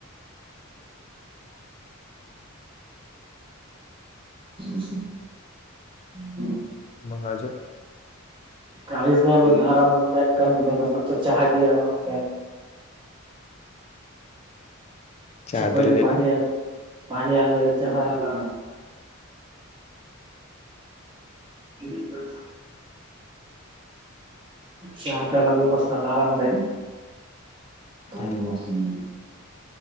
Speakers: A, on the right (about 25°); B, on the left (about 30°).
A: <inaudible> <inaudible> हो.
B: मंग अजून
A: काहीच नाही बला आरामदाक क चहा कला <inaudible>
B: चहा
A: पहिले
B: तरी दिला.
A: पाणी पाणी आल, चहा आला. गिरेंद्रज चहा प्या लागल मस्त आरामदायक <unintelligible>
B: हम्म.